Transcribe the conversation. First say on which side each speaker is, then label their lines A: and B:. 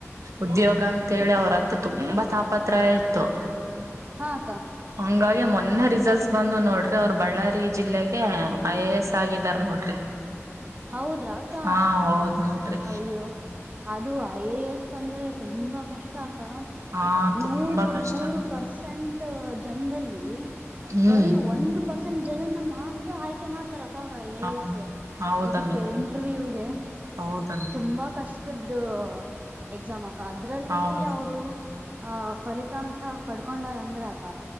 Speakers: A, on the right (about 75°); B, on the right (about 30°).
A: ಉದ್ಯೋಗ ಆ ಅಂತೇಳಿ ಅವ್ರತ್ರ ತುಂಬಾ ತಾಪತ್ರಾಯ ಇತ್ತು
B: ಹಾ ಅಕ್ಕ
A: ಹಂಗಾಗಿ ಮೊನ್ನೆ ರಿಸಲ್ಟ್ಸ್ ಬಂದು ನೋಡ್ರಿ ಅವರು ಬಳ್ಳಾರಿ ಜಿಲ್ಲೆಗೆ ಐ ಎ ಎಸ್ ಆಗಿದಾರೆ ನೋಡ್ರಿ <inaudible>
B: ಹೌದ್ರಾ ಅಕ್ಕ
A: ಹಾ ಹೌದ್ ನೋಡ್ರಿ
B: ಅಯ್ಯೋ ಅದು ಐ ಎ ಎಸ್ ಅಂದ್ರೆ ತುಂಬಾ ಕಷ್ಟ ಅಕ್ಕ
A: ಹಾ
B: ನೂರು
A: ತುಂಬಾ ಕಷ್ಟನೇ
B: ನೂರು ಪರ್ಸೆಂಟ್ ಜನದಲ್ಲಿ
A: ಹ್ಮ್
B: ಬರೀ ಒಂದು ಪರ್ಸೆಂಟ್ ಜನನ್ನ ಮಾತ್ರ ಆಯ್ಕೆ ಮಾಡ್ತಾರ ಅಕ್ಕಾ ಅವ್ರು ಐ ಎ
A: ಹೌದು
B: ಎಸ್
A: ಹೌದಮ್ಮಿ
B: ಇದಕ್ಕೆ ಇಂಟರ್ವ್ಯೂಗೆ
A: ಹೌದಮ್ಮಿ
B: ತುಂಬಾ ಕಷ್ಟದ್ದು ಎಕ್ಸಾಮ್ ಆ ಅಕ್ಕಾ ಅದ್ರಲ್ಲಿ
A: ಹೌದು
B: ಅವರು ಆಹ ಫಲಿತಾಂಶ ಪಡ್ಕೊಂದ್ರು ಅಂದ್ರೆ ಅಕ್ಕ